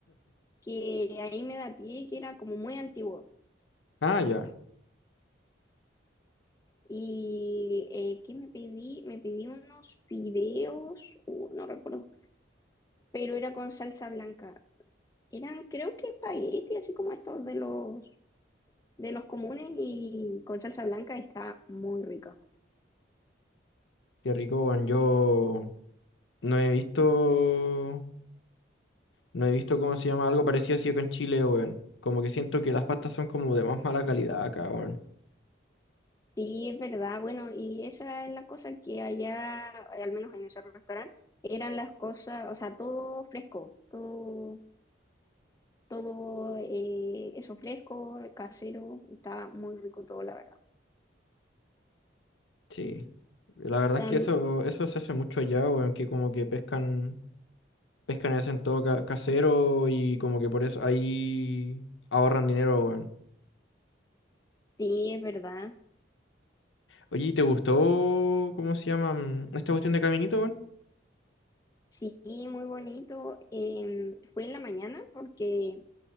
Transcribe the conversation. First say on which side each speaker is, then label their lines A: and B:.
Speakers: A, on the left; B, on the left.
A: que ahí me daté que era como muy antiguo.
B: Ah, ya.
A: Y eh, ¿qué me pedí? Me pedí unos fideos, uh, no recuerdo, pero era con salsa blanca. Eran, creo que espagueti, así como estos de los de los comunes y con salsa blanca está muy rico.
B: Qué rico, weón. Yo no he visto, no he visto cómo se llama algo parecido así con Chile, weón. Como que siento que las pastas son como de más mala calidad acá, weón.
A: Sí, es verdad. Bueno, y esa es la cosa que allá, al menos en ese restaurante, eran las cosas, o sea, todo fresco, todo, todo eh, eso fresco, casero, y estaba muy rico todo, la verdad.
B: Sí. La verdad
A: Tam-
B: es que eso, eso se hace mucho allá, weón, que como que pescan, pescan y hacen todo ca- casero y como que por eso ahí ahorran dinero, weón.
A: sí, es verdad.
B: Oye, ¿y ¿te gustó, cómo se llama, mm, esta cuestión de Caminito, weón?
A: Sí, muy bonito. Eh, fue en la mañana porque